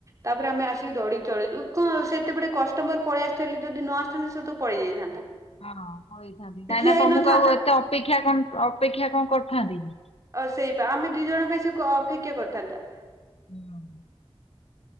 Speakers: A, on the right; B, on the left.
A: ତାପରେ ଆମେ ଆସିକି ଦଡିକି ଚଡିଲୁ କଣ ସେତେବେଟେ କଷ୍ଟମର ପଳେଇ ଆସ ଥେଲେ ଯଦି ନ ଆସିଥାଆନ୍ତି ସେ ତ ପଳେଇ ଯାଇଥାନ୍ତା।
B: ହଁ ହୋଇଥାନ୍ତି
A: ସେ
B: କାହିଁକିନା
A: ଠିଆ ହେଇ
B: ତମକୁ
A: ନଥାନ୍ତା।
B: ଆଉ ଏତେ ଅପେକ୍ଷା କଣ ଅପେକ୍ଷା କଣ କରିଥାନ୍ତି କି?
A: ଅ ସେଇପା ଆମେ ଦି ଜଣ ପାଇଁ ସେ କ ଅପେକ୍ଷା କରିଥାନ୍ତା।
B: <unintelligible>